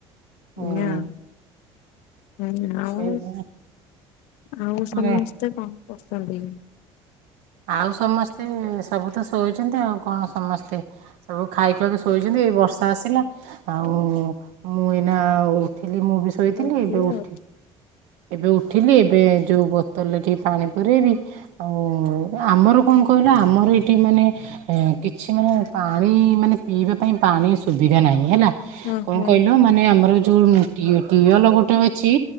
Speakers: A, on the right (about 75°); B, on the left (about 80°).
A: ହୁଁ
B: ଏୟା ଆଉ। ହୁଁ ଆଉ,
A: ସେଇ
B: ଆଉ ସମସ୍ତେ
A: ମାନେ
B: କଣ କରୁଚନ୍ତି?
A: ଆଉ ସମସ୍ତେ, ସବୁ ତ ଶୋଇଛନ୍ତି ଆଉ କଣ ସମସ୍ତେ। ସବୁ ଖାଇଖୁଆକି ଶୋଇଛନ୍ତି, ଏଇ ବର୍ଷା ଆସିଲା ଆଉ ମୁଁ ଏଇନା ଉଠିଲି, ମୁଁ ବି ଶୋଇଥିଲି,
B: ଶୋଇଥିବେ
A: ଏବେ ଉଠି
B: ଆଉ।
A: ଏବେ ଉଠିଲି ଏବେ ଯୋଉ ବୋତଲରେ ଟିକେ ପାଣି ପୁରେଇବି ଆଉ ଏ ଆମର କଣ କହିଲ, ଆମର ଏଠି ମାନେ ଏ କିଛି ମାନେ ପାଣି ମାନେ ପିଇବା ପାଇଁ ପାଣି ସୁବିଧା ନାହିଁ ହେଲା।
B: ହଁ
A: କଣ
B: ହଁ।
A: କହିଲ ମାନେ ଆମର ଯୋଉ ଟିଅ ଟିଅଲ ଗୋଟେ ଅଛି,